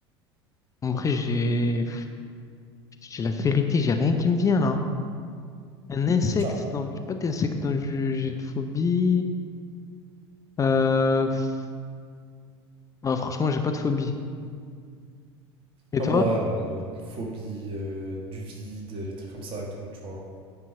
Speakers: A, on the left; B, on the right.
A: En vrai, j'ai, j'ai la vérité, j'ai rien qui me vient là. Un insecte,
B: tu vois.
A: non, j'ai pas d'insecte dont je- j'ai de phobie. Euh, pff, non, franchement, j'ai pas de phobie. Et
B: Pas
A: toi?
B: moi, euh, une phobie euh, du vide, les trucs comme ça et tout, tu vois.